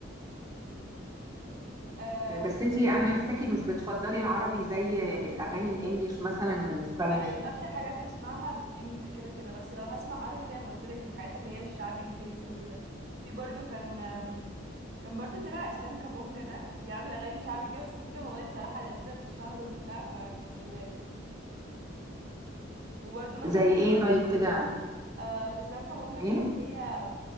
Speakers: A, on the right; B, on the right.
A: لذيذة
B: آه، بس انتي انا حاساكي مش بتفضلي العربي زي الاغاني الانجليش مثلا والاسبانيش
A: لا يعني اكتر حاجات بسمعها انجلش كده كده بس لو هسمع عربي زي ما قلت لك الحاجات اللي هي الشعبي الهيصه كده في برضو كان آم، كان برضو طلع اسلام كابونجا ده بيعمل اغاني شعبي كده بس في كام اغنيه بصراحه لذيذه اتشهروا وبتاع فكانوا لذاذ يعني وبرضو مثلا
B: زي
A: السعودي-
B: ايه طيب كده
A: آه، في اسلام كابونجا
B: ايه
A: في اللي هي